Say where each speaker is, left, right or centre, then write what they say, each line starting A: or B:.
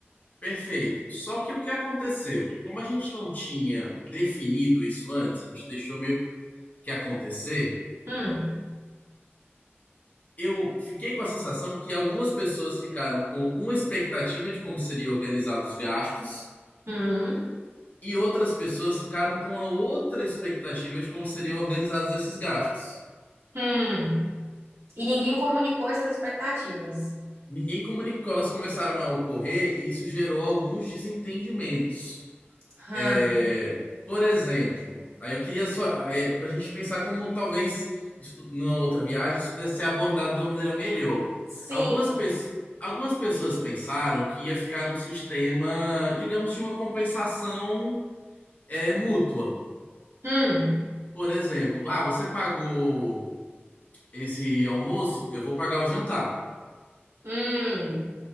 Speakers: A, on the left; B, on the right.
A: Perfeito. Só que o que aconteceu? Como a gente não tinha definido isso antes, a gente deixou meio que acontecer.
B: Hum,
A: Eu fiquei com a sensação que algumas pessoas ficaram com uma expectativa de como seria organizado os gastos
B: hum,
A: E outras pessoas ficaram com a outra expectativa de como seriam organizados esses gastos.
B: hum. E ninguém comunicou essas expectativas.
A: Ninguém comunicou, elas começaram a ocorrer e isso gerou alguns desentendimentos.
B: Hã,
A: É, por exemplo, aí eu queria só, para a gente pensar como talvez isso, numa outra viagem isso pudesse ser abordado de uma maneira melhor.
B: Sim.
A: Algumas, pes- algumas pessoas pensaram que ia ficar um sistema, digamos, de uma compensação é, mútua.
B: Hum,
A: Por exemplo, ah, você pagou esse almoço, eu vou pagar o jantar.
B: hum,